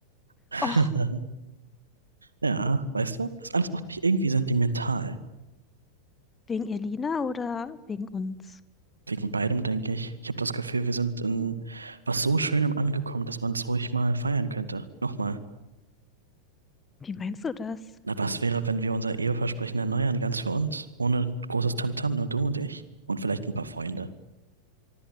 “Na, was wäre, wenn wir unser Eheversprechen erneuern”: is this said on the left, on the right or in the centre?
Right